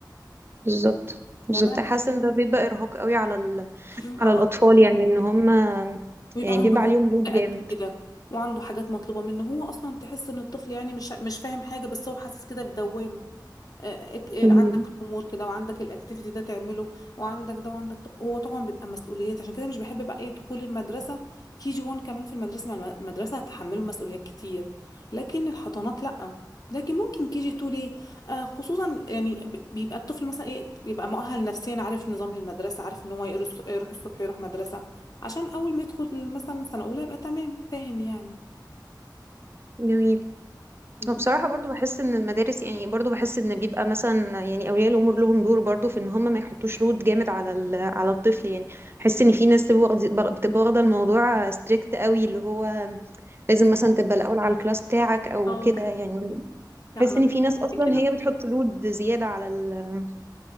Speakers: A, on the right; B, on the left.
A: بالظبط
B: يعني
A: بالظبط
B: انا
A: حاسه ان ده بيبقى ارهاق قوي على ال...
B: م-
A: على الاطفال يعني ان هم
B: بيبقى
A: يعني
B: عنده
A: بيبقى
B: جهد
A: عليهم لود جامد
B: قد كده وعنده حاجات مطلوبه منه هو اصلا تحس ان الطفل يعني مش مش فاهم حاجه بس هو حاسس كده في دوامه آه، اك- آه،
A: مم.
B: عندك الامور كده وعندك الاكتيفيتي ده تعمله وعندك ده وعندك ده. هو طبعا بيبقى مسؤوليات عشان كده مش بحب بقى ايه دخول المدرسه كي جي 1 كمان في المدرسه مع المدرسه هتحمله مسؤوليات كتير لكن الحضانات لا لكن ممكن كي جي 2 ليه آه خصوصا يعني ب- بيبقى الطفل مثلا ايه بيبقى مؤهل نفسيا عارف نظام المدرسه عارف ان هو يقر- الص- يروح الصبح يروح مدرسه عشان اول ما يدخل مثلا سنه اولى يبقى تمام فاهم يعني
A: جميل
B: مم.
A: هو بصراحة برضو بحس ان المدارس يعني برضو بحس ان بيبقى مثلا يعني اولياء الامور لهم دور برضو في ان هم ما يحطوش لود جامد على ال- على الطفل يعني بحس ان في ناس بتبقى واخد- بتبقى واخدة الموضوع ستريكت قوي اللي هو لازم
B: لا-
A: مثلا تبقى الاول على الكلاس بتاعك او
B: اه
A: كده يعني
B: لا
A: بحس
B: انا
A: ان في
B: مش بحب
A: ناس اصلا
B: كده
A: هي بتحط لود زيادة على ال-